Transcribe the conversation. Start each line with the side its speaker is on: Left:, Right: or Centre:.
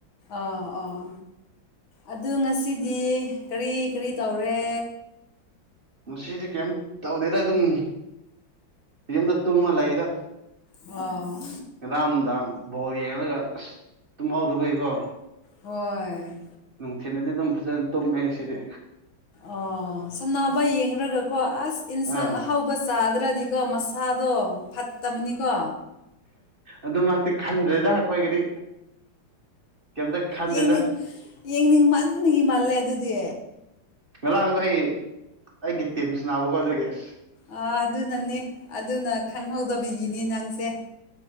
Left: ꯑꯥ ꯑꯥ ꯑꯗꯨ ꯉꯁꯤꯗꯤ ꯀꯔꯤ ꯀꯔꯤ ꯇꯧꯔꯦ
Right: ꯃꯁꯤꯗꯤ ꯀꯩꯝ ꯇꯧꯗꯦꯗ ꯑꯗꯨꯝ ꯌꯨꯝꯗ ꯇꯨꯝꯃ ꯂꯩꯗ
Left: ꯑꯣ
Right: ꯉꯔꯥꯡ ꯅꯨꯡꯗꯥꯡ ꯕꯣꯜ ꯌꯦꯡꯉꯒ ꯑꯁ ꯇꯨꯝꯍꯥꯎꯗꯕꯒꯤꯀꯣ
Left: ꯍꯣꯏ
Right: ꯅꯨꯡꯊꯤꯅꯗꯤ ꯑꯗꯨꯝ ꯐꯖꯅ ꯇꯨꯝꯃꯦ ꯉꯁꯤꯗꯤ
Left: ꯑꯣ ꯁꯝꯅꯕ ꯌꯦꯡꯒ ꯀꯣ ꯑꯁ ꯏꯟꯁꯥꯡ
Right: ꯑꯥ
Left: ꯑꯍꯥꯎꯕ ꯆꯥꯗ꯭ꯔꯗꯤ ꯁꯤꯀꯣ ꯃꯁꯥꯗꯣ ꯐꯠꯇꯕꯅꯤꯀꯣ
Right: ꯑꯗꯨꯃꯛꯇꯤ ꯈꯟꯗ꯭ꯔꯦꯗ ꯑꯩꯈꯣꯏꯒꯤꯗꯤ ꯀꯩꯝꯇ ꯈꯟꯗꯦꯗ
Left: ꯌꯦꯡꯅꯤꯡ ꯌꯦꯡꯅꯤꯡ ꯃꯟꯒꯤ ꯃꯥꯜꯂꯦ ꯑꯗꯨꯗꯤ
Right: ꯉꯔꯥꯡꯗꯣ ꯑꯩ ꯑꯩꯒꯤ ꯇꯤꯝꯁꯤ ꯅꯥꯕꯀꯣ ꯑꯗꯨꯒꯤ ꯑꯁ
Left: ꯑꯥ ꯑꯗꯨꯅꯅꯦ ꯑꯗꯨꯅ ꯈꯪꯍꯧꯗꯕꯤꯒꯤꯅꯤ ꯅꯪꯁꯦ